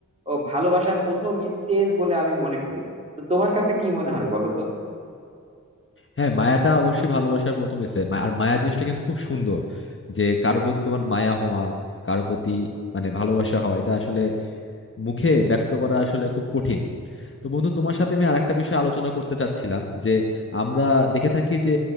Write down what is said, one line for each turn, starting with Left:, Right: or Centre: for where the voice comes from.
Right: ও, ভালোবাসার প্রথম স্টেজ বলে আমি মনে করি তো তোমার কাছে কি মনে হয় বলো তো
Left: হ্যাঁ মায়াটা অবশ্যই ভালোবাসার প্রথম স্টেপ আর মায়া জিনিসটা কিন্তু খুব সুন্দর যে কারোর প্রতি তোমার মায়া হওয়া কারোর প্রতি মানে ভালোবাসা হওয়া এটা আসলে মুখে ব্যক্ত করা আসলে খুব কঠিন তো বন্ধু তোমার সাথে আমি আরেকটা বিষয় আলোচনা করতে চাচ্ছিলাম যে আমরা দেখে থাকি যে